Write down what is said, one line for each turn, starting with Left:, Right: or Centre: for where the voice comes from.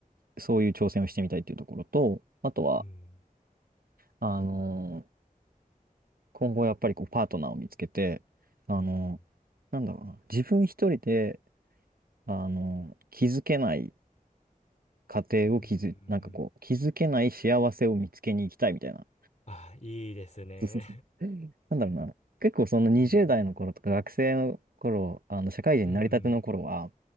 Right: そういう挑戦をしてみたいっていうところと、あとは、
Left: うん、
Right: あの、今後やっぱりこうパートナーを見つけて、あの、
Left: うん、
Right: なんだろうな、自分一人で、あの、気づけない家庭を気づ、
Left: うん、うん、うん、うん、
Right: なんかこう、気づけない幸せを見つけに行きたいみたいな
Left: あ、いいですね。
Right: <laughs> なんだろうな。結構その20代の頃とか学生の頃、
Left: うん、
Right: あの社会人になりたての頃は、
Left: うん、